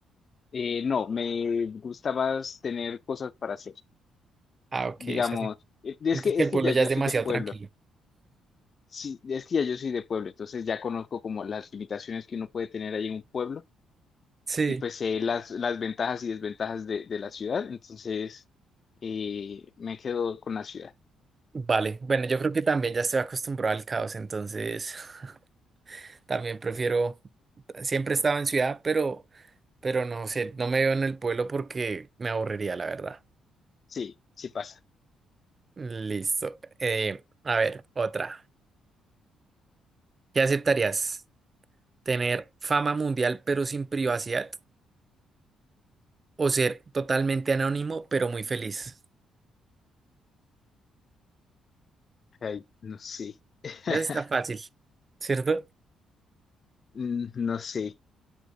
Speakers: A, on the left; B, on the right.
A: Eh, no, me gusta más tener cosas para hacer.
B: Ah, ok,
A: Digamos,
B: es así.
A: eh, es
B: Entonces
A: que,
B: que
A: es
B: el
A: que
B: pueblo
A: ya
B: ya
A: yo
B: es
A: soy
B: demasiado
A: de pueblo.
B: tranquilo.
A: Sí, es que ya yo soy de pueblo, entonces ya conozco como las limitaciones que uno puede tener ahí en un pueblo.
B: Sí,
A: y pues sé las, las ventajas y desventajas de, de la ciudad, entonces eh, me quedo con la ciudad.
B: Vale, bueno, yo creo que también ya estoy acostumbrado al caos, entonces <laughs> también prefiero, siempre he estado en ciudad, pero, pero no sé, no me veo en el pueblo porque me aburriría, la verdad.
A: Sí, sí pasa.
B: Listo. Eh, a ver, otra. ¿Qué aceptarías? ¿Tener fama mundial pero sin privacidad? ¿O ser totalmente anónimo pero muy feliz?
A: Ay, no sé. <laughs>
B: Esa sí Está fácil, ¿cierto?
A: Mm, No sé.